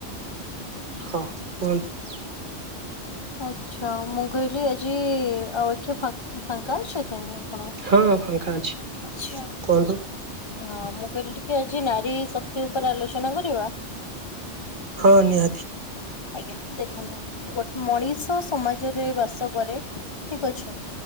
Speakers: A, on the right (about 45°); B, on the left (about 35°).
A: ହଁ କୁହନ୍ତୁ।
B: ଆଚ୍ଛା, ମୁଁ କହିଲି ଆଜି ଆଉ କିଏ ଫା- ଫାଙ୍କା ଅଛନ୍ତି। କଣ
A: ହଁ ଫାଙ୍କା ଅଛି
B: ଆଛା।
A: କୁହନ୍ତୁ
B: ହଁ ମୁଁ କହିଲି ଟିକେ ଆଜି ନାରୀ ଶକ୍ତି ଉପରେ ଆଲୋଚନା କରିବା।
A: ହଁ ନିହାତି।
B: ଆଜ୍ଞା ଦେଖନ୍ତୁ, ଗୋଟ ମଣିଷ ସମାଜରେ ବାସ କରେ। ଅଛି!